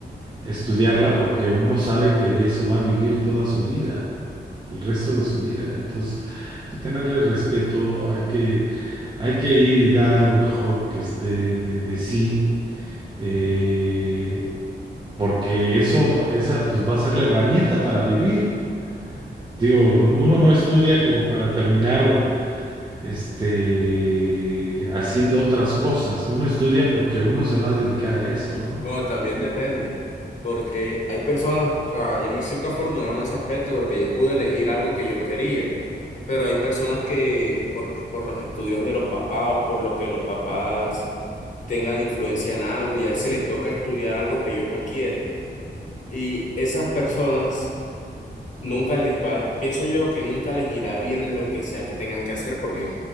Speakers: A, on the right (about 25°); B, on the left (about 45°).
A: estudiarla porque uno sabe que de eso va a vivir toda su vida, el resto de su vida. Entonces, hay que tenerle respeto, hay que, hay que ir y dar lo mejor que es de, de, de sí, eh, porque eso, esa, pues va a ser la herramienta para vivir. Digo, uno no estudia como para terminar este, haciendo otras cosas. Uno estudia porque uno se va a dedicar a eso, ¿no?
B: Bueno, también depende, porque hay personas, o sea, yo me siento afortunado en ese aspecto porque yo pude elegir algo que yo quería, pero hay personas que por, por los estudios de los papás o por lo que los papás tengan influencia en algo y así les toca estudiar algo que ellos no quieren. Y esas personas nunca les va, pienso yo que nunca les irá bien en lo que sea que tengan que hacer porque